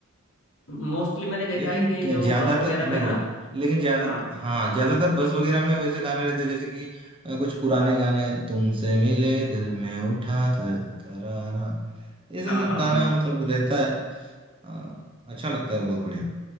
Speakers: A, on the left (about 60°); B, on the right (about 25°).
A: मोस्टली मैंने देखा
B: लेकिन
A: है कि
B: क्या-
A: जो
B: ज्यादातर
A: बस वगैरह में
B: देखो
A: ना
B: लेकिन ज्यादातर
A: हाँ
B: हाँ ज्यादातर बस वगैरह में वैसे गाने रहते हैं, जैसे कि अ, कुछ पुराने गाने तुमसे मिले दिल में उठा दर्द करारा ऐसा
A: हाँ हाँ
B: सब गाना
A: हाँ
B: मतलब रहता है अ, अच्छा लगता है बहुत बढ़िया